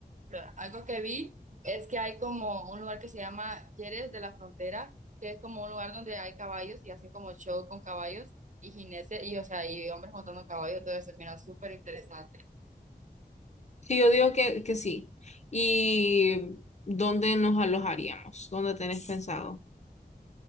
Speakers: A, on the right; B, on the left.
A: Pero Algo que vi es que hay como un lugar que se llama Jerez de la Frontera, que es como un lugar donde hay caballos y hacen como show con caballos y jinetes y, o sea, y hombres montando caballos, todo eso, mira, súper interesante.
B: Sí, yo digo que, que sí. ¿Y dónde nos alojaríamos? ¿Dónde tenés pensado?